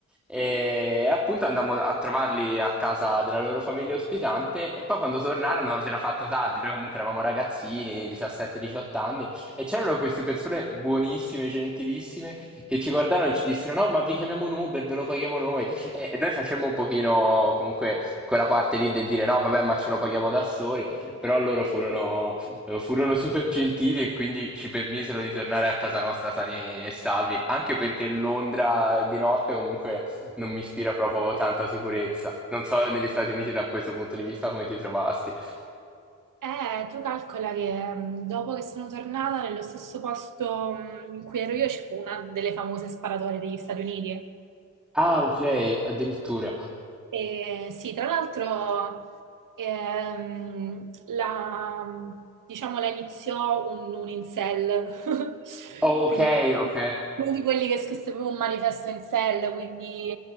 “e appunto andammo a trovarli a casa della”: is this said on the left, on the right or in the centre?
Centre